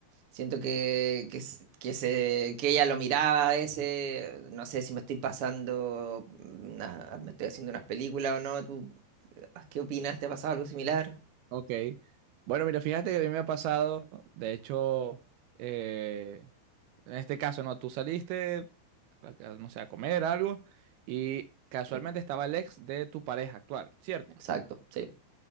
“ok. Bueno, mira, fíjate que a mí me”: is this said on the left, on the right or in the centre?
Right